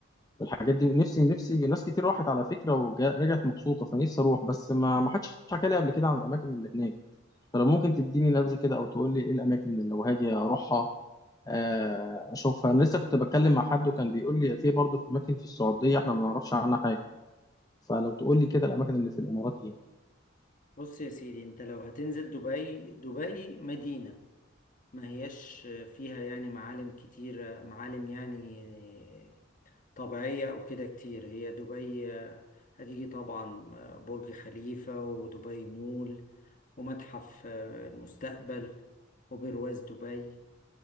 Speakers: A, on the left; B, on the left.
A: والحاجات دي ونفسي نفسي ناس كتير راحت على فكرة ورجعت مبسوطة فنفسي أروح بس ما ما حدش حكى لي قبل كده عن الأماكن اللي هناك فلو ممكن تديني نبذة كده أو تقول لي إيه الأماكن اللي لو هاجي أروحها آه، أشوفها أنا لسه كنت بتكلم مع حد وكان بيقول لي في برضه في أماكن في السعودية إحنا ما نعرفش عنها حاجة فلو تقول لي كده الاماكن اللي في الامارات ايه
B: بص يا سيدي انت لو هتنزل دبي دبي مدينة ما هياش فيها يعني معالم كتير معالم يعني طبيعية او كده كتير هي دبي هتيجي طبعا برج خليفة ودبي مول ومتحف المستقبل وبرواز دبي